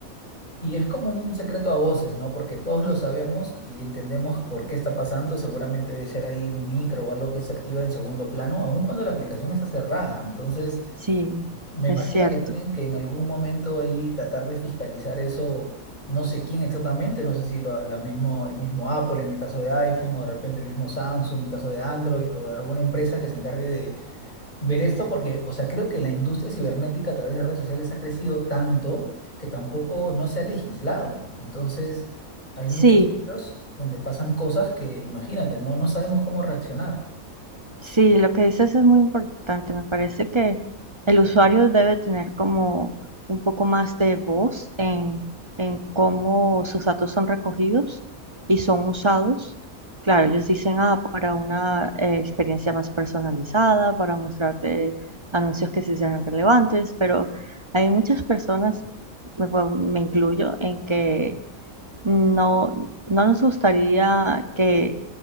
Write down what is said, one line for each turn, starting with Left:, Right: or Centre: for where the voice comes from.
Left: Y es como un secreto a voces, ¿no? Porque todos lo sabemos y entendemos por qué está pasando. Seguramente debe ser ahí un micro o algo que se activa en segundo plano, aun cuando la aplicación está cerrada. Entonces...
Right: Sí,
Left: Me
Right: es
Left: imagino
Right: cierto.
Left: que tienen que en algún momento ahí tratar de fiscalizar eso, no sé quién exactamente, no sé si lo, la mismo, el mismo Apple en el caso de iPhone o de repente el mismo Samsung en el caso de Android o alguna empresa que se encargue de ver esto, porque, o sea, creo que la industria cibernética a través de redes sociales ha crecido tanto que tampoco no se ha legislado. Entonces, hay
Right: Sí,
Left: muchos sitios donde pasan cosas que, imagínate, no, no sabemos cómo reaccionar.
Right: sí, lo que dices es muy importante. Me parece que el usuario debe tener como un poco más de voz en, en cómo sus datos son recogidos y son usados. Claro, ellos dicen, ah, para una eh, experiencia más personalizada, para mostrarte anuncios que sí sean relevantes, pero hay muchas personas, me bueno, me incluyo, en que No, no nos gustaría que